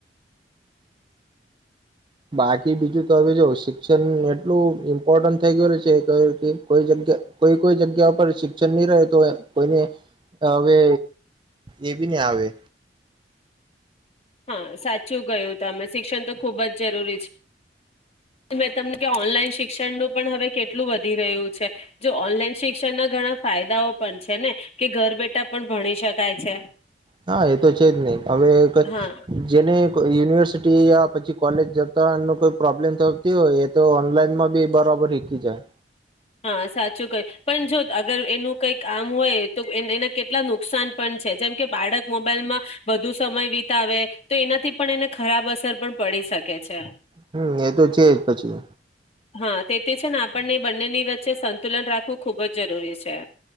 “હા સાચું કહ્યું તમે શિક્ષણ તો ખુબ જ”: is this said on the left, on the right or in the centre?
Left